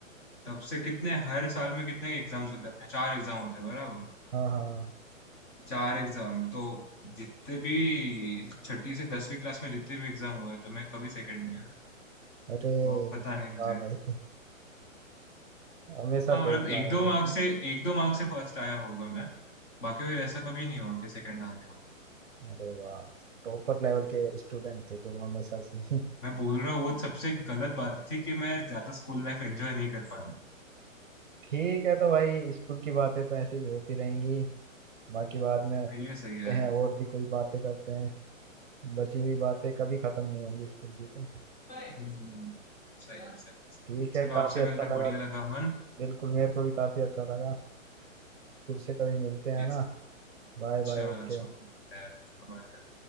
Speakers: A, on the left (about 20°); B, on the right (about 50°).
A: तब से कितने हर साल में कितने एग्जाम्स होते हैं अपने चार एग्जाम होते हैं बराबर
B: हाँ हाँ
A: चार एग्जाम तो जितने भी छठी से दसवीं क्लास में जितने भी एग्जाम हुए तो मैं कभी सेकंड नहीं आया
B: अरे
A: तो पता नहीं मुझे
B: वाह भाई हमेशा
A: हाँ
B: टॉप
A: मतलब एक
B: मारा
A: दो
B: तुमने
A: मार्क्स से एक दो मार्क्स से फर्स्ट आया होगा मैं बाकी फिर ऐसा कभी नहीं हुआ कि सेकंड आ गया
B: अरे वाह टॉपर लेवल के स्टूडेंट थे तुम हमेशा से
A: मैं बोल रहा हूँ वो सबसे गलत बात थी कि मैं ज्यादा स्कूल लाइफ एंजॉय नहीं कर पाया
B: ठीक है तो भाई स्कूल की बातें तो ऐसे ही होती रहेंगी बाकी बाद में करते
A: ये सही है
B: हैं और भी कोई बातें करते हैं बची हुई बातें कभी खत्म नहीं होंगी स्कूल की तो
A: हम्म, सही है सही है सही
B: ठीक
A: है। चलो
B: है काफी
A: आपसे
B: अच्छा
A: मिलकर
B: लगा
A: बढ़िया लगा अमन
B: बिल्कुल मेरे को भी काफी अच्छा लगा तुझसे कभी मिलते हैं
A: ये
B: ना Bye bye
A: चलो
B: okay
A: अच्छा